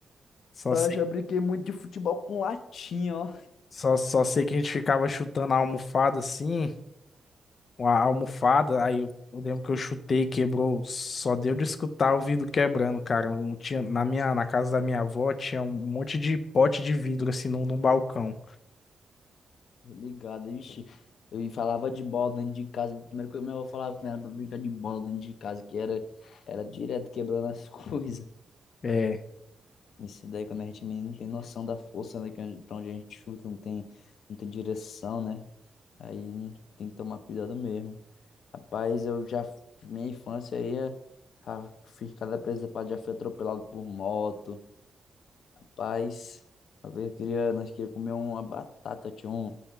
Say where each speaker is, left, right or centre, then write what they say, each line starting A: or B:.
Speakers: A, on the left; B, on the left.
A: Só
B: Eu
A: sei,
B: já brinquei muito de futebol com latinha, ó.
A: só, só sei que a gente ficava chutando a almofada assim. uma almofada, aí eu, eu lembro que eu chutei, quebrou, só deu de escutar o vidro quebrando, cara. Não tinha, na minha, na casa da minha avó tinha um um monte de pote de vidro assim no, no balcão.
B: Tô ligado, vixe. Eu falava de bola dentro de casa. Primeiro que eu meu avô falava que não era pra brincar de bola dentro de casa, que era, era direto quebrando as <laughs> coisas.
A: É,
B: Isso daí, quando a gente é menino, não tem noção da força, né? que a gente- Pra onde a gente chuta, não tem, não tem direção, né? Aí tem que tomar cuidado mesmo. Rapaz, eu já, minha infância aí, é, já fiz cada presa pra já fui atropelado por moto. Rapaz, uma vez eu queria, nós queríamos comer uma batata, tinha um,